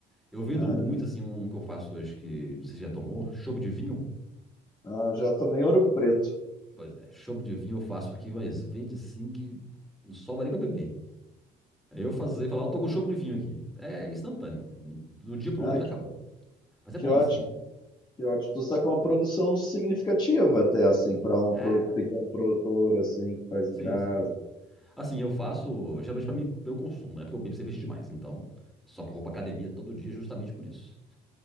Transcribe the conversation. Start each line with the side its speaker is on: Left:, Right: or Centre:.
Centre: Eu vendo
Left: Ah,
Centre: muito, assim, um um que eu faço hoje que não sei se já tomou. Chopp de vinho.
Left: ah, já tomei ouro preto.
Centre: Pois é, chopp de vinho eu faço aqui, mas vende assim que não sobra nem pra beber. Aí eu fazer, falar, eu tô com chopp de vinho aqui. É instantâneo. Do dia pro
Left: Ah,
Centre: outro
Left: que,
Centre: já acabou. Mas é
Left: que
Centre: bom,
Left: ótimo,
Centre: assim.
Left: que ótimo. Tu está com uma produção significativa até, assim, para um
Centre: É,
Left: pro- pequeno produtor, assim, que faz
Centre: Sim,
Left: em casa.
Centre: sim. Assim, eu faço, geralmente pra mim, pra eu consumo, né? Porque eu bebo cerveja demais, então. Só que eu vou pra academia todo dia justamente por isso. <laughs>